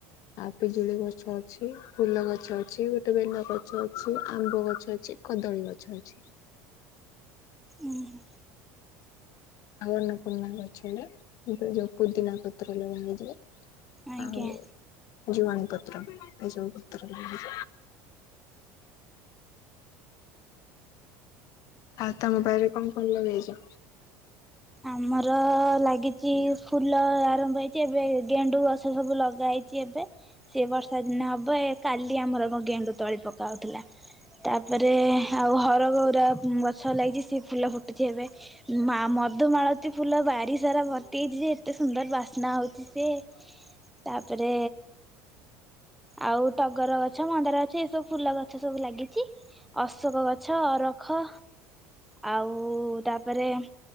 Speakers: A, on the left; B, in the centre.
A: ଆଉ ପିଜୁଳି ଗଛ ଅଛି। ଫୁଲ ଗଛ ଅଛି, ଗୋଟେ ବେଲ ଗଛଅଛି, ଆମ୍ବ ଗଛ ଅଛି, କଦଳୀ ଗଛ ଅଛି।
B: ଉହୁଁ।
A: ଆବରଣ ପୂର୍ଣା ଗଛ ଟା ଯଉ ଥିରେ ଯୋଉ ପୋଦିନାପତ୍ର ଲଗାଇଛି।
B: ଆଜ୍ଞା।
A: ଆଉ ଜୁଆଣିପତ୍ର ଏ ସବୁ ପତ୍ର ଲାଗି ଆଉ ତମ ବାଇରେ କଣ କଣ ଲଗେଇଚ?
B: ଆମର ଲାଗିଚି ଫୁଲ ଆରମ୍ଭ ହେଇଚି। ଏବେ ଗେଣ୍ଡୁ ଗଛ ସବୁ ଲଗା ହେଇଚି ଏବେ। ଏ ବର୍ଷା ଦିନ ହବ। କାଲି ଆମର ଗେଣ୍ଡୁ ତଳି ପକାହୋଉଥିଲା। ତାପରେ ଆଉ ହରଗୌରା ଗଛ ଲାଗିଚି ଫୁଲ ଫୁଟୁଚି ଏବେ। ମା ମଧୁମାଳ ଏତେ ଫୁଲ ବାଡିସାରା ଭର୍ତ୍ତି ହେଇଚି ଯେ ଏତେ ସୁନ୍ଦର ବାସ୍ନା ହୋଉଚି ସେ। ତାପରେ ଆଉ ଟଗର ଗଛ ମନ୍ଦାର ଗଛ ଏସବୁ ଫୁଲ ଗଛ ସବୁ ଲାଗିଚି। ଅଶୋକ ଗଛ ଅରଖ ଆଉ ତାପରେ